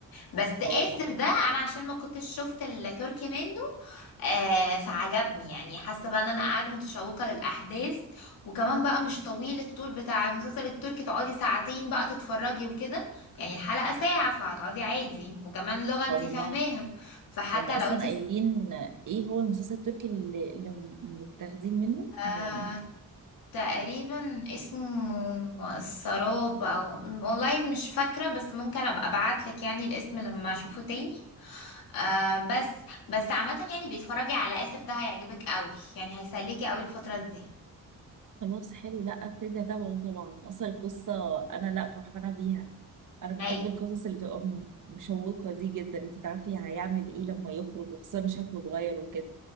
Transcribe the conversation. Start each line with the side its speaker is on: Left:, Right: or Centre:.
Left: بس آسر
Right: اه
Left: ده انا عشان ما كنتش شفت التركي منه آه فعجبني يعني حاسه بقى ان انا قاعده متشوقه للاحداث وكمان بقى مش طويل الطول بتاع المسلسل التركي تقعدي ساعتين بقى تتفرجي وكده يعني الحلقه ساعه فهتقعدي عادي وكمان لغه انت
Right: هم
Left: فاهماها فحتى
Right: هم اصلا
Left: لو انت
Right: قايلين ايه هو المسلسل التركي اللي, اللي متاخدين منه
Left: آه
Right: يعني
Left: تقريبا اسمه السراب او والله مش فاكره بس ممكن ابقى ابعت لك يعني الاسم لما اشوفه تاني آه بس بس عامة يعني بيتفرجي على آسر ده هيعجبك قوي يعني هيسليكي قوي الفترة دي
Right: خلاص حلو لا ابتدي اتابعه طبعا اصلا القصه انا لا فرحانه بيها انا بحب
Left: ايوه
Right: القصص اللي بتبقى م- مشوقه دي جدا انت تعرفي هيعمل ايه لما يخرج وخصوصا شكله اتغير وكده